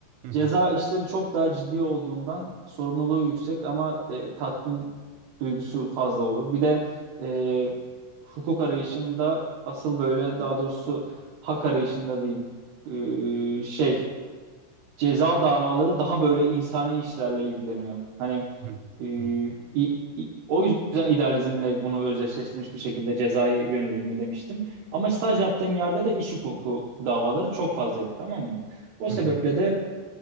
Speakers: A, on the right (about 85°); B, on the right (about 65°).
A: hı
B: Ceza
A: hı
B: işleri çok daha ciddi olduğundan sorumluluğu yüksek ama e, tatmin duygusu fazla olur. Bir de e, hukuk arayışında asıl böyle daha doğrusu hak arayışında diyeyim e, şey ceza davaları daha böyle insani işlerle ilgileniyor. Hani
A: hı.
B: e,
A: Anladım.
B: i- i- o yüzden idealizmle bunu özdeşleştirmiş bir şekilde cezaya yöneleyim demiştim. Ama staj yaptığım yerde de iş hukuku davaları çok fazlaydı tamam mı? O sebeple
A: Hı hı
B: de